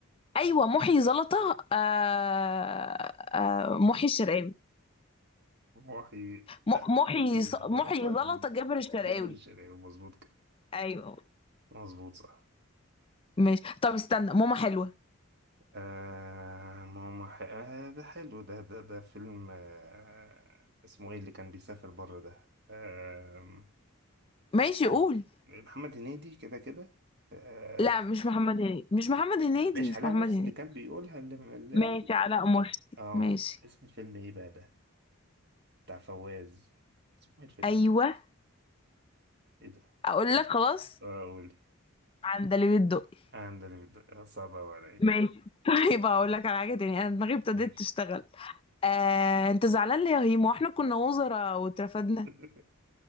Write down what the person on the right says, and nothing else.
محي لا
محي
الزعتر
جابر الشرقاوي مظبوط كده
مظبوط صح
آه ماما ح... آه ده حلو ده ده ده فيلم آه اسمه ايه اللي كان بيسافر بره ده آه
اسمه
ايه محمد هنيدي كده كده آه
ماشي
علاء
مرسي
اللي كان بيقولها اللي... اللي...
اللي-
اه
اسم الفيلم ايه بقى ده بتاع فواز اسمه ايه الفيلم
ده؟ ايه ده
مش عارف.
اه قولي
عندي صعب أوي عليا
ماشي
<laughs>